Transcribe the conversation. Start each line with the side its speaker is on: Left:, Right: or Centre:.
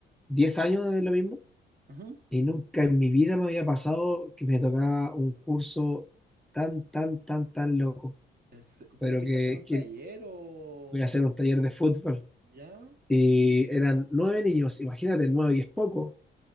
Centre: 10 años de lo mismo
Right: Ajá.
Centre: y nunca en mi vida me había pasado que me tocaba un curso tan, tan, tan, tan loco,
Right: Es-
Centre: pero
Right: ¿Pero fuiste
Centre: que,
Right: a hacer un
Centre: que
Right: taller o...?
Centre: voy a hacer un taller de fútbol
Right: ¿Ya?
Centre: y eran nueve niños, imagínate, nueve y es poco,